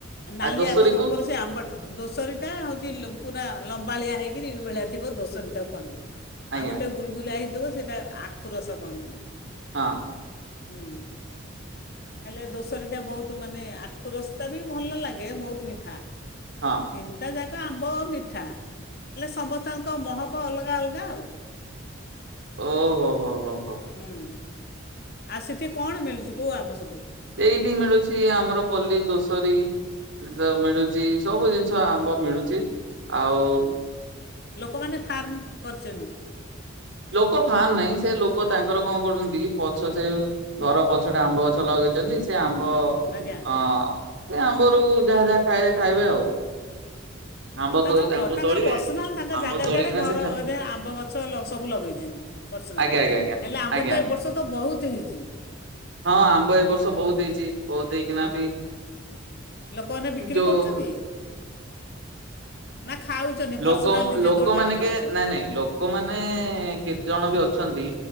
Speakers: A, on the left; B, on the right.
A: ନାଲିଆ
B: ଆ ଦୋସରୀକୁ
A: ତ ଉପର ସେ ଆମ୍ବଟା ଦୋଷରିଟା ହେଉଛି ପୁରା ଲମ୍ବାଳିଆ ହେଇକିରି ଏଇ ଭଳିଆ ଥିବ ଦୋଷରିଟ ତାକୁ କହନ୍ତି।
B: ଆଜ୍ଞା
A: ଆଉ ଗୋଟେ ଗୁଲଗୁଲା ହେଇଥିବ ସେଇଟା ଆଖୁ ରସ କହନ୍ତି।
B: ହଁ।
A: ହୁଁ। ହେଲେ ଦୋଷରିଟା ବୋହୁତ୍ ମାନେ ଆଖୁ ରସତା ବି ଭଲ ଲାଗେ। ବହୁତ ମିଠା।
B: ହଁ।
A: ତିନିଟା ଯାକ ଆମ୍ବ ଆଉ ମିଠା। ହେଲେ ସମସ୍ତଙ୍କ ମହକ ଅଲଗା ଅଲଗା ଆଉ।
B: ଓ ହୋ ହୋ, ହୋ, ହୋ।
A: ହୁଁ। ଆଉ ସେଠି କଣ ମିଳୁଛି? କୋଉ ଆମ୍ବ ସବୁ?
B: ସେଇଠି ମିଳୁଛି ଆମର ପଲ୍ଲୀ ଦୋସରୀ ମିଳୁଛି ସବୁ ଜିନିଷ ଆମ୍ବ ମିଳୁଛି ଆଉ
A: ହୁଁ ଲୋକମାନେ ଫାର୍ମ କରିଛନ୍ତି।
B: ଲୋକ ଫାର୍ମ ନାହିଁ, ସେ ଲୋକ ତାଙ୍କର କଣ କରୁଛନ୍ତି ପଛ ସେ ଘର ପଛଟେ ଆମ୍ବ ଗଛ ଲଗେଇଛନ୍ତି ସେ ଆମ୍ବ ହଁ,
A: ଆଜ୍ଞା
B: ସେ ଆମ୍ବରୁ ଯାହା ଯାହା ଖାଇ- ଖାଇବେ ଆଉ। ଆମ୍ବ
A: ତାଙ୍କର ପ-ତାଙ୍କର
B: ଆମ୍ବ ତୋଳିବେ
A: ପର୍ସନାଲ ତାଙ୍କ
B: ଆମ୍ବ
A: ଜାଗା
B: ତୋଳିକିନା
A: ଦେହରେ ଘର
B: ସେ
A: ଆମ୍ବ ଗ ଗଛ ସବୁ ଲଗେଇଛନ୍ତି ପର୍ସନାଲ୍,
B: ଆଜ୍ଞା ଆଜ୍ଞା ଆଜ୍ଞା
A: ହେଲେ ଆମ୍ବ
B: ଆଜ୍ଞା
A: ତ ଏ ବର୍ଷ ତ ବହୁତ ହେଇଛି।
B: ହଁ ଆମ୍ବ ଏ ବର୍ଷ ବୋହୁତ୍ ହେଇଛି। ବହୁତ ହେଇକିନା
A: ହଁ
B: ବି
A: ହଁ ଲୋକମାନେ ବିକ୍ରି
B: ଯୋଉ
A: କରୁଛନ୍ତି? ନା ଖାଉଛନ୍ତି?
B: ଲୋକ
A: ପର୍ସନାଲ ନିଜେ
B: ଲୋକମାନେ
A: ତୋଳି ତାଳି
B: କେ
A: ଖାଉଛନ୍ତି।
B: ନାଇଁ ନାଇଁ ଲୋକମାନେ କେତେ ଜଣ ବି ଅଛନ୍ତି,